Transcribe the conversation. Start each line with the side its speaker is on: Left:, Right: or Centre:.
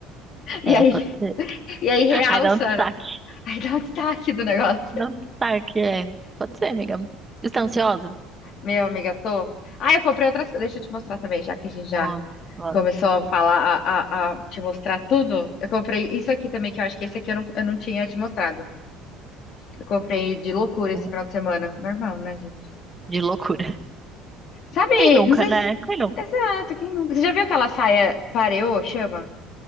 Left: E
Right: É,
Left: aí,
Right: pode ser.
Left: e aí
Right: <laughs>
Left: realça,
Right: Ai, dá um destaque.
Left: né? Aí dá um destaque do negócio.
Right: Dá um destaque, é. Pode ser, amiga. Você tá ansiosa?
Left: Meu amiga, tô. Ah, eu comprei outras coisas. Deixa eu te mostrar também, já que a gente já
Right: Mo- mo-
Left: Começou a falar, a, a, a te mostrar tudo. Eu comprei isso aqui também, que eu acho que esse aqui eu não, eu não tinha te mostrado. Eu comprei de loucura esse
Right: mo-
Left: final de semana. Normal, né, gente?
Right: De loucura.
Left: Sabe,
Right: Quem nunca,
Left: não sei
Right: né?
Left: se...
Right: Quem nunca?
Left: Exato, quem nunca? Você já viu aquela saia pareô, chama?